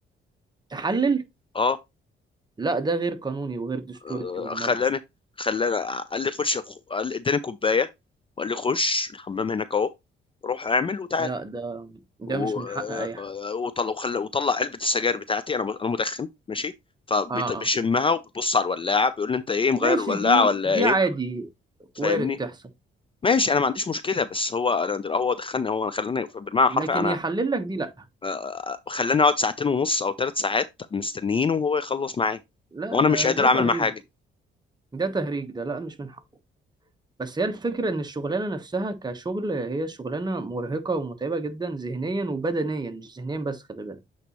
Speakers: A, on the right; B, on the left.
A: تحلل
B: اه
A: لا ده غير قانوني وغير دستوري
B: آه،
A: بالمره
B: خلاني خلاني قال لي خش قال لي اداني كوبايه وقال لي خش الحمام هناك اهو روح اعمل وتعال
A: لا ده ده
B: و-
A: مش من حق اي حد
B: وطلع وخلى وطلع علبه السجاير بتاعتي انا انا مدخن ماشي فبيشمها
A: اه اه
B: وبيبص على الولاعه بيقول لي انت ايه مغير
A: ماشي
B: الولاعه
A: دي
B: ولا
A: دي
B: ايه
A: عادي
B: فاهمني
A: وارد تحصل
B: ماشي انا ما عنديش مشكله بس هو أنا- هو دخلني هو انا خلاني بالمعنى الحرفي
A: لكن
B: انا
A: يحلل لك دي لا
B: آه، خلاني اقعد ساعتين ونص او ثلاث ساعات مستنيين وهو يخلص معايا
A: لا
B: وانا
A: ده
B: مش قادر
A: ده
B: اعمل
A: تهريج
B: معاه حاجه
A: ده تهريج ده لا مش من حقه بس هي الفكرة إن الشغلانة نفسها كشغل هي شغلانة مرهقة ومتعبة جدا ذهنيا وبدنيا مش ذهنيا بس خلي بالك